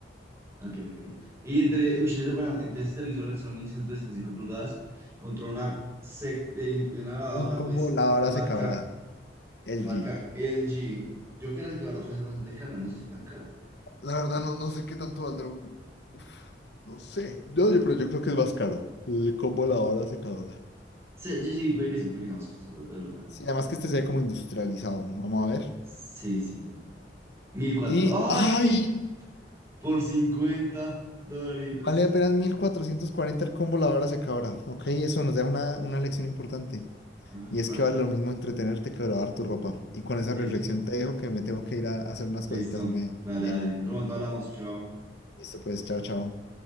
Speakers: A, on the right (about 15°); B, on the left (about 65°).
A: ok, ok. Y entre ustedes, bueno, entre este televisor, el Sony 175 pulgadas, contra una, sec- el- una lavadora,
B: Un combo
A: pues,
B: lavadora
A: de marca,
B: secadora LG.
A: de marca LG. Yo creo que la secadora puede ser bastante cara, no sé si tan cara.
B: La verdad, no, no sé qué tanto valdrá un... Uf, no sé. Yo, yo- pero yo creo que es más caro. El combo lavadora secadora.
A: Sí, sí, sí, puede que sí, puede que sea más costosa, pero es verdad.
B: Sí, además que este se ve como industrializado. Vamos a ver.
A: Sí, sí. 1004.
B: Y,
A: ¡Ay!
B: ¡ay!
A: Por 50 dolaritos.
B: Vale apenas 1440 el combo lavadora secadora. Ok, eso nos deja una, una lección importante.
A: Vamos a
B: Y
A: comprar.
B: es que vale lo mismo entretenerte que lavar tu ropa. Y con esa
A: Sí,
B: reflexión
A: sí.
B: te dejo que me tengo que ir a hacer unas
A: Listo.
B: cositas, me
A: Dale,
B: Diego.
A: dale. En otro momento hablamos. Chao.
B: Listo, pues, chao, chao.